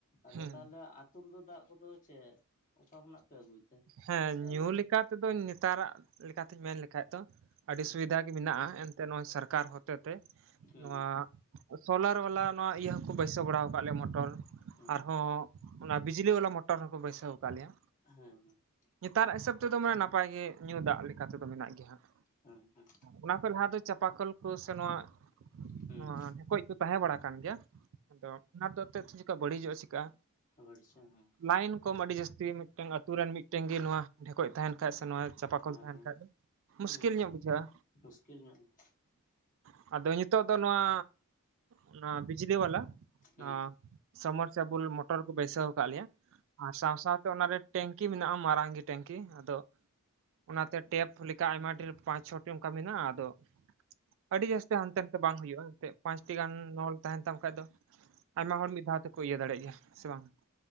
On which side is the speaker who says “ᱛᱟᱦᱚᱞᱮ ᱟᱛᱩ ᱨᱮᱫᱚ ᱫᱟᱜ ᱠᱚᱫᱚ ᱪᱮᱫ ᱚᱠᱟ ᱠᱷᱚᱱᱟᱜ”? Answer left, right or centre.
Left